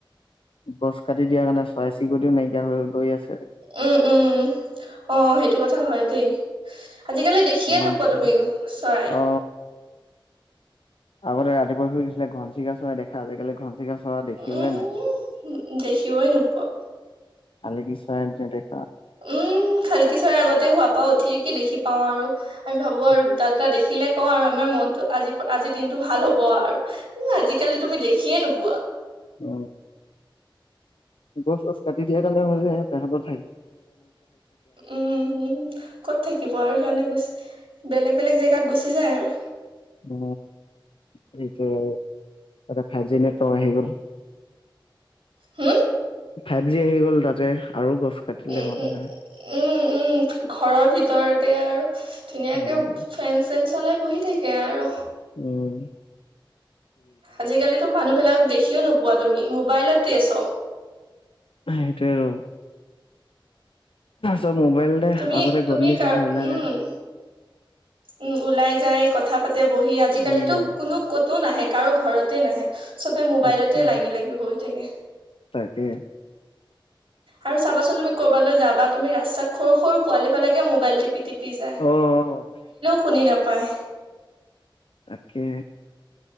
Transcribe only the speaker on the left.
গছ কাটি দিয়া কাৰণে, চৰাই চিৰিকটিও নাইকিয়া হৈ গৈ আছে
ইমান
চৰাই
অ আগতে ৰাতিপুৱা শুই উথিলে ঘনচিৰিকা চৰাই দেখা আজিকালি ঘন চিৰিকা চৰা দেখিবলৈ
নাই।
শালিকি চৰাই নেদেখা
সেইটোৱে
অ, গছ গছ কাটি দিয়া কাৰণে হৈ যে তাহাতৰ
উম, সেইটো আৰু। ফাইভ জি নেটৱৰ্ক আহি গ'ল।
ফাইভ জি আহি গ'ল তাতে। আৰু গছ কাটিলে
মানুহে।
উম
উম,
সেইটোয়ে আৰু। চব মোবাইলৰে
আগৰে
গধলি
চবে ওলা
যায়।
উম।
সেইটোৱে
তাকে
অ অ'।
তাকে